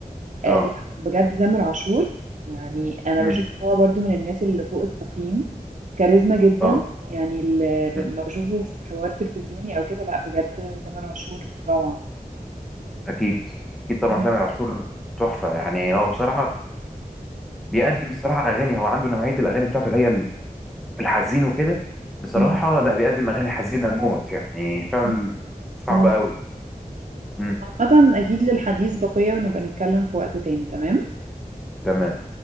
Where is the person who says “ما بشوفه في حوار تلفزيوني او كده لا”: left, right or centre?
Right